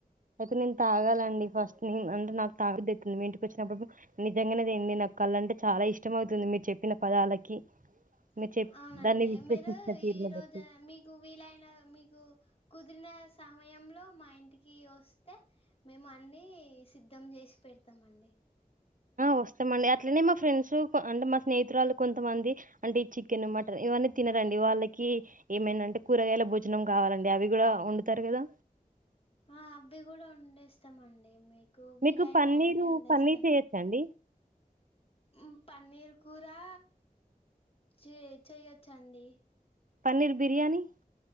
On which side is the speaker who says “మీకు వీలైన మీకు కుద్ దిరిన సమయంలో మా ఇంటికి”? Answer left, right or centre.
Left